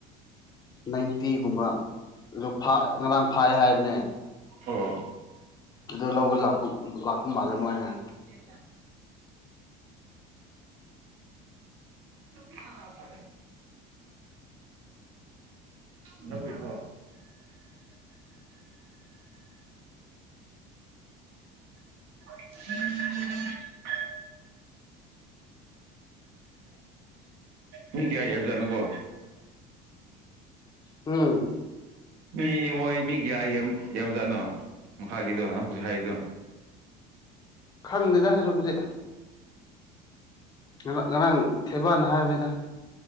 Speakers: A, on the left; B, on the right.
A: ꯅꯥꯏꯟꯇꯤꯒꯨꯝꯕ ꯑꯗꯨ ꯉꯔꯥꯡ ꯐꯥꯏ ꯍꯥꯏꯕꯅꯦ
B: ꯑꯣ
A: ꯑꯗꯨ ꯂꯧꯕ ꯂꯥꯛꯄ ꯂꯥꯛꯄ ꯃꯥꯜꯂꯦ ꯃꯣꯏꯁꯦ
B: <unintelligible> ꯍ ꯐ ꯅꯕꯨꯊ꯭ꯔꯣ ꯎꯝ ꯃꯤ ꯀꯏ ꯍꯥꯏꯕꯖꯅꯨꯀꯣ
A: ꯑꯝ
B: ꯃꯤ ꯃꯣꯏ ꯃꯤ ꯀꯌꯥ ꯌꯥꯝꯖꯥꯠꯅꯣ ꯃꯈꯥꯒꯤꯗꯣ ꯅꯪ ꯍꯧꯖꯤꯁꯨ ꯍꯥꯏꯔꯤꯗꯣ
A: ꯈꯪꯗꯦꯗ ꯍꯧꯁꯨꯛꯕꯁꯛ ꯉꯥꯡ ꯉꯔꯥꯡ ꯊꯦꯕꯥꯅ ꯍꯥꯏꯅꯤꯗ